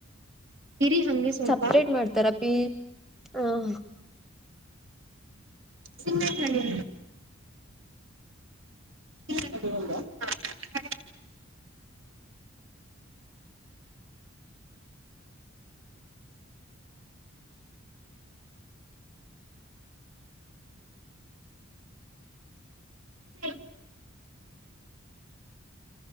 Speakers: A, on the right; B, in the centre.
A: ಇರಿ ಹಂಗೆ ಸ್ವಲ್ಪ
B: ಸಪ್ರೇಟ್ ಮಾಡ್ತಾರ ಪಿ ಹ
A: ಸಿಂಮನಲ್ಲಿ ಹ ಹ್ಮ <inaudible>